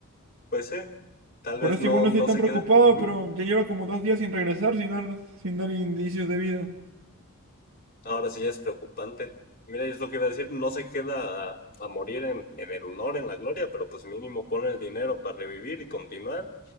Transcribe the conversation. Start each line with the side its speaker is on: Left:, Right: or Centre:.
Left: Pues sí, tal
Right: Por
Left: vez
Right: eso
Left: no,
Right: igual no
Left: no
Right: estoy tan
Left: se
Right: preocupado,
Left: queda. Ujú.
Right: pero ya lleva como dos días sin regresar, sin dar, sin dar indicios de vida.
Left: Ahora sí ya es preocupante. Mira, es lo que iba a decir, no se queda a, a morir en, en el honor, en la gloria, pero pues mínimo pone el dinero para revivir y continuar.